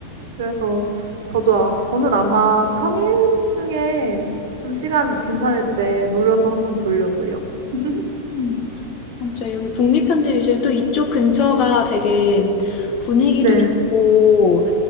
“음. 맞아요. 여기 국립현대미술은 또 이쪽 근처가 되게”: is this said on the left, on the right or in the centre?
Left